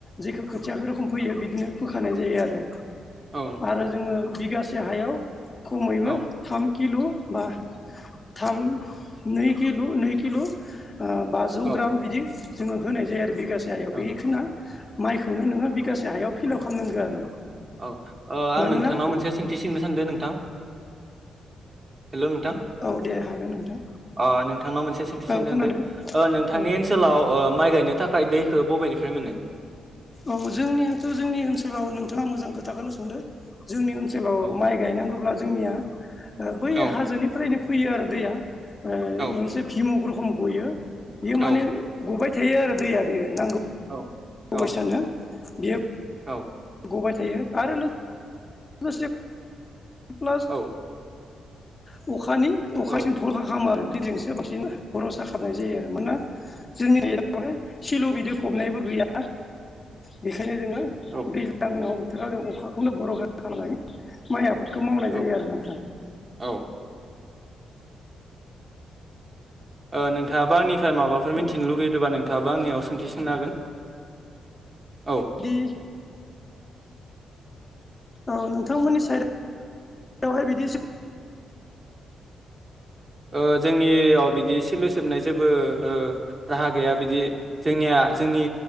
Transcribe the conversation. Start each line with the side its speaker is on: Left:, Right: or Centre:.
Left: जेखौ खोथिया रोखोम फैयो बिदिनो फोखानाय जायो आरो
Right: औ
Left: आरो जोङो बिगासे हायाव खमैबो
Right: औ
Left: थाम किल' बा थाम नै किल' नै किल' ओ बाजौ
Right: औ
Left: ग्राम बिदि जोङो होनाय जायो आरो बिगासे हायाव
Right: औ
Left: <unintelligible> माइखौनो नोङो बिगासे हायाव फिलाव खालामनांगौ आरो
Right: औ ओ आं
Left: मानोना
Right: नोंथांनाव मोनसे सोंथि सोंनो सानदों नोंथां हेल' नोंथां
Left: औ दे हागोन नोंथां
Right: ओ नोंथांनाव मोनसे सोंथि
Left: औ
Right: सोंनो
Left: खोनादों
Right: होनदो ओ नोंथांनि
Left: औ
Right: ओनसोलाव ओ माइ गायनो थाख हाय दैखो बबेनिफ्राय मोनो?
Left: औ जोंनियाथ' जोंनि ओनसोलाव नोंथाङा मोजां खोथाखौनो सोंदो जोंनि ओनसोलाव
Right: औ
Left: माइ गायनांगोब्ला जोंनिया ओ बै
Right: औ
Left: हाजोनिफ्रायनो फैयो आरो दैया ओ
Right: औ
Left: मोनसे भिमुक रखम गयो बियो
Right: औ
Left: माने गबाय थयो आरो दैया बियो नांगौ
Right: औ
Left: अबयसानो
Right: औ
Left: बियो
Right: औ
Left: गबाय थायो आरो लोग <unintelligible> गोसे <unintelligible> प्लास
Right: औ
Left: अखानि
Right: औ
Left: अखासिम फरखा खालामो आरो लिजोंसो बांसिन बर'सा खालामनाय जायो आरो मानोना जोंनि बेवहाय सिल' बिदि फबनायबो गैया बे बेखायनो जोङो
Right: औ
Left: दैज्लांनि बोथोराव जों अखाखौनो भरखा खालामनानै माइ आबाद बेखौ मावनाय जायो
Right: औ
Left: आरो नोंथां।
Right: औ ओ नोंथाङाबो आंनि फ्राय माबाफोर मिथिनो
Left: औ
Right: लुगैदोंबा नोंथाङाबो आंनियाव सोंथि सोंनो‌ हागोन! औ
Left: दि औ नोंथांमोननि साइदावहाय बिदि
Right: ओ जोंनियाव बिदि सिलु सोबनाय जेबो ओ राहा गैया बिदि जोंनिया जोंनि